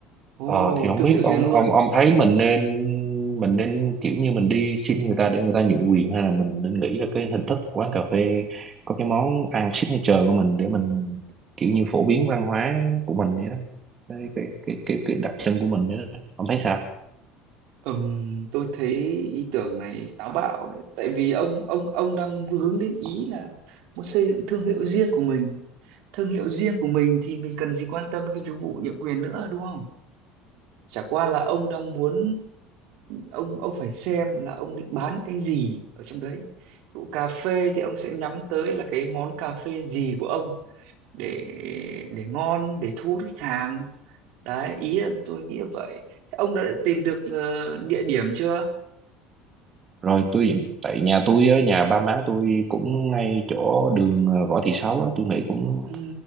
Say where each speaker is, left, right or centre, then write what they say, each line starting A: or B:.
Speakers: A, on the right (about 70°); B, on the right (about 30°).
A: ồ
B: Ờ thì không
A: thương
B: biết
A: hiệu
B: ông
A: riêng luôn
B: ông ông thấy mình nên mình nên kiểu như mình đi xin người ta để người ta nhượng quyền hay là mình nên nghĩ ra cái hình thức quán cà phê có cái món ăn signature của mình để mình kiểu như phổ biến văn hóa của mình vậy đó cái cái cái cái, cái đặc trưng của mình vậy đó ông thấy sao
A: Ừm, tôi thấy ý tưởng này táo bạo đấy tại vì ông ông ông đang hướng đến ý là muốn xây dựng thương hiệu riêng của mình thương hiệu riêng của mình thì mình cần gì quan tâm đến cái chức vụ nhượng quyền nữa đúng không chả qua là ông đang muốn ông ông phải xem là ông định bán cái gì ở trong đấy vụ cà phê thì ông sẽ nhắm tới là cái món cà phê gì của ông để để ngon để thu hút khách hàng đấy ý là tôi nghĩ là vậy Thế ông đã tìm được ờ, địa điểm chưa
B: rồi tôi tại nhà tôi á nhà ba má tôi cũng ngay chỗ đường ờ, Võ Thị Sáu á tôi nghĩ cũng
A: Ừ.